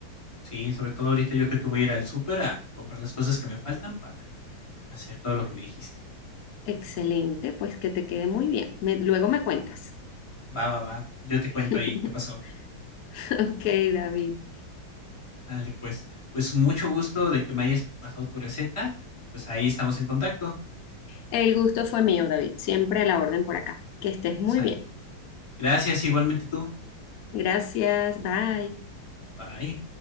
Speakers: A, on the left; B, on the left.
A: Sí, sobre todo ahorita yo creo que voy a ir al súper a comprar las cosas que me faltan para hacer todo lo que me dijiste.
B: Excelente, pues que te quede muy bien. Me- luego me cuentas.
A: Va, va, va. Yo te cuento
B: <laughs>
A: ahí qué pasó.
B: Ok, David.
A: Sale, pues. Pues mucho gusto de que me hayas pasado tu receta y pues ahí estamos en contacto.
B: El gusto fue mío, David. Siempre a la orden por acá. Que estés muy
A: Sa-
B: bien.
A: gracias igualmente tú.
B: Gracias, bye.
A: Bye.